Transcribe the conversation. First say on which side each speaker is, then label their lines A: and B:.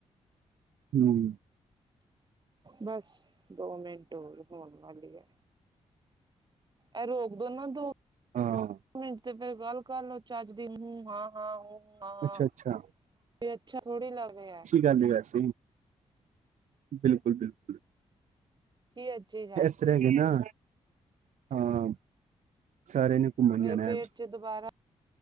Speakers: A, on the right; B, on the right.
A: ਹਮ।
B: ਬਸ ਦੋ ਮਿੰਟ ਹੋਰ, ਹੋਨ ਵਾਲੀ ਐ। ਇਹ ਰੋਕ ਦੋ ਨਾ ਦੋ,
A: ਹਾਂ
B: ਮਿੰਟ ਤੇ ਫਿਰ ਗੱਲ ਕਰਲੋ ਚੱਜ ਦੀ ਹੂੰ ਹਾਂ ਹਾਂ ਹੂੰ। ਹਾਂ,
A: ਅੱਛਾ ਅੱਛਾ
B: ਤੇ ਅੱਛਾ ਥੋੜ੍ਹੀ ਲੱਗ ਰਿਹਾ।
A: ਚੱਲ ਗਿਆ ਸੀ, ਬਿਲਕੁਲ ਬਿਲਕੁਲ।
B: ਕੀ ਅੱਛਾ ਜੀ। <unintelligible>
A: ਇਸ ਰ ਵੀ ਨਾ, ਹਾਂ, ਸਾਰੇ ਨੇ। ਘੁੰਮਣ
B: ਮੇਰੇ
A: ਜਾਣਾ
B: ਪੇਟ
A: ਅੱਜ
B: ਚ ਦੁਬਾਰਾ